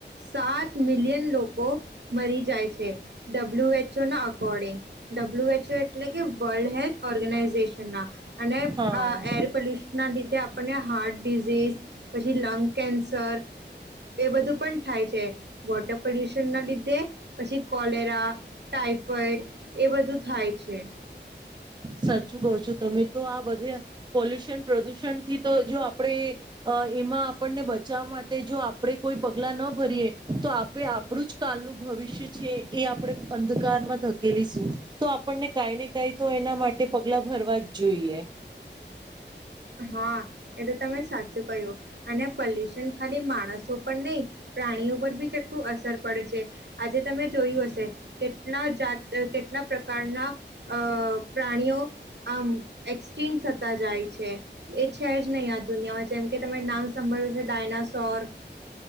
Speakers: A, on the right (about 65°); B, on the right (about 25°).
A: સાત મિલિયન લોકો મરી જાય છે ડબલ્યુ એચ ઓ ના અકોર્ડિંગ ડબ્લ્યુ એચ ઓ એટલે કે વર્લ્ડ હેલ્થ ઓર્ગેનાઈઝેશન ના અને
B: હા
A: અ એર પોલ્યુશન ના લીધે તે આપણને હાર્ટ ડિઝીઝ પછી લંગ કેન્સર એ બધું પણ થાય છે વોટર પોલ્યુશન ના લીધે પછી કોલેરા ટાઈફોઈડ એ બધું થાય છે.
B: સાચું કહુ છો તમે તો આ બધે પોલ્યુશન પ્રદુષણ થી તો જો આપણેે એમાં આપણને બચાવવા માટે જો આપણે કોઈ પગલા ન ભરીએ તો આપે આપણું જ કાલનું ભવિષ્ય છીએ આપણે અંધકારમાં ધકેલીશું તો આપણને કાંઈ ને કઈ તો એના માટે તે પગલા ભરવા જ જોઈએ.
A: હા એ તો તમે સાચું કહ્યું. અને પોલ્યુશન ખાલી માણસો પર નહીં, પ્રાણીઓ પર બી કેટલું અસર પડે છે. આજે તમે જોયું હશે, કેટલા જાત કેટલા પ્રકારના અહ પ્રાણીઓ આમ એક્સિંક થતા જાય છે. એ છે જ નહીં આ દુનિયામાં, જેમ કે તમે નામ સાભળ્યું છે ડાયનાસોર,